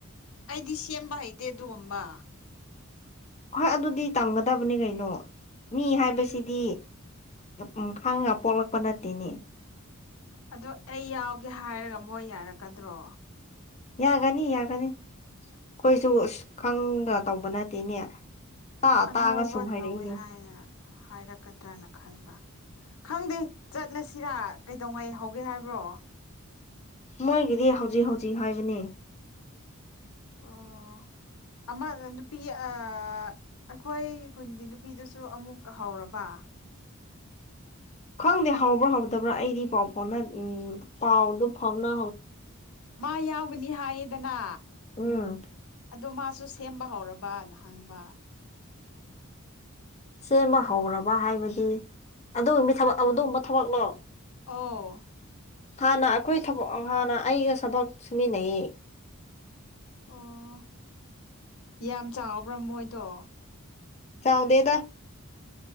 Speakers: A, on the left; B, on the left.
A: ꯑꯩꯗꯤ ꯁꯦꯝꯕ ꯍꯩꯇꯦ ꯑꯗꯨꯒꯨꯝꯕ
B: ꯍꯣꯏ ꯑꯗꯨꯗꯤ ꯇꯝꯒꯗꯕꯅꯤ ꯀꯩꯅꯣ ꯃꯤ ꯍꯥꯏꯕꯁꯤꯗꯤ ꯎꯝ ꯈꯪꯉꯒ ꯄꯣꯛꯂꯛꯄ ꯅꯠꯇꯦꯅꯤ
A: ꯑꯗꯣ ꯑꯩ ꯌꯥꯎꯒꯦ ꯍꯥꯏꯔꯒ ꯃꯣꯏ ꯌꯥꯔꯛꯀꯗ꯭ꯔꯣ
B: ꯌꯥꯒꯅꯤ ꯌꯥꯒꯅꯤ ꯑꯩꯈꯣꯏꯁꯨ ꯑꯥ ꯈꯪꯒ ꯇꯧꯕ ꯅꯠꯇꯦꯅꯦ ꯇꯥ
A: ꯑꯅꯧꯕ
B: ꯇꯥꯒ ꯁꯨꯝ ꯍꯥꯏꯔꯛꯏꯅꯦ
A: ꯇꯧꯋꯦ ꯍꯥꯏꯅ ꯍꯥꯏꯔꯛꯀꯗ꯭ꯔꯅ ꯈꯟꯕ ꯈꯪꯗꯦ ꯆꯠꯂꯁꯤꯔꯥ ꯀꯩꯗꯧꯉꯩ ꯍꯧꯒꯦ ꯍꯥꯏꯕ꯭ꯔꯣ
B: ꯃꯣꯏꯒꯤꯗꯤ ꯍꯧꯖꯤꯛ ꯍꯧꯖꯤꯛ ꯍꯥꯏꯕꯅꯦ
A: ꯑꯣ ꯑꯃ ꯅꯨꯄꯤ ꯑꯥ ꯑꯩꯈꯣꯏꯒꯤ ꯈꯨꯟꯒꯤ ꯅꯨꯄꯤꯗꯨꯁꯨ ꯑꯃꯨꯛ ꯍꯧꯔꯕ <inaudible>
B: ꯈꯪꯗꯦ ꯍꯧꯕ꯭ꯔꯥ ꯍꯧꯗꯕ꯭ꯔꯥ ꯑꯩꯗꯤ ꯄꯥꯎ ꯐꯥꯎꯅ ꯎꯝ ꯄꯥꯎꯗꯨ ꯐꯥꯎꯅ
A: ꯃꯥ ꯌꯥꯎꯒꯅꯤ ꯍꯥꯏꯌꯦꯗꯅ
B: ꯎꯝ
A: ꯑꯗꯣ ꯃꯥꯁꯨ ꯁꯦꯝꯕ ꯍꯧꯔꯕꯅ ꯍꯪꯕ
B: ꯁꯦꯝꯕ ꯍꯧꯔꯕ ꯍꯥꯏꯕꯗꯤ ꯑꯗꯨꯒꯨꯝꯕ ꯊꯕꯛ ꯂꯣ
A: ꯑꯣ
B: ꯍꯥꯟꯅ ꯑꯩꯈꯣꯏ ꯊꯕꯛ ꯍꯥꯟꯅ ꯑꯩꯒ ꯊꯕꯛ ꯁꯨꯃꯤꯟꯅꯩ
A: ꯑꯣ ꯌꯥꯝ ꯆꯥꯎꯕ꯭ꯔꯥ ꯃꯣꯏꯗꯣ
B: ꯆꯥꯎꯗꯦꯗ